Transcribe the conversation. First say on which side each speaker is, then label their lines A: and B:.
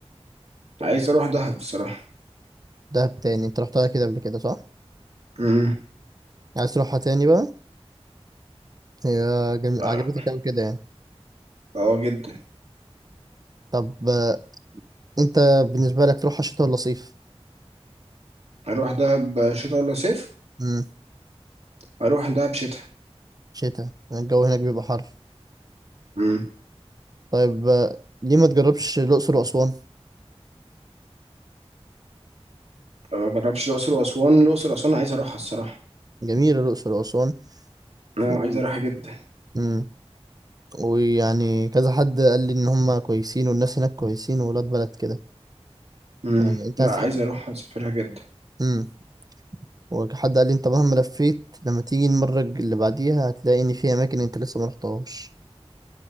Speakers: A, on the right (about 75°); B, on the right (about 35°).
A: عايز اروح دهب الصراحه
B: دهب تاني انت رحتها كده قبل كده صح؟
A: امم
B: عايز تروحها تاني بقى؟ هي جم...
A: اه
B: عجبتك أوي كده يعني
A: آه، جدا
B: طب آه، انت بالنسبة لك تروحها شتاء ولا صيف؟
A: اروح دهب شتاء ولا صيف
B: امم
A: اروح دهب شتاء
B: شتاء الجو هناك بيبقى حر
A: امم
B: طيب آه، ليه ما تجربش الأقصر وأسوان؟
A: ما جربش الاقصر واسوان الاقصر واسوان عايز اروحها الصراحه
B: جميلة الأقصر وأسوان
A: انا
B: و...
A: عايز اروحها جدا
B: امم ويعني كذا حد قال لي إن هما كويسين والناس هناك كويسين وولاد بلد كده
A: امم
B: يعني انت
A: لا
B: هتحب
A: عايز اروحها اسافرها جدا
B: امم وحد قال لي انت مهما لفيت لما تيجي المرة الج- اللي بعديها هتلاقي إن في أماكن انت لسه ما رحتهاش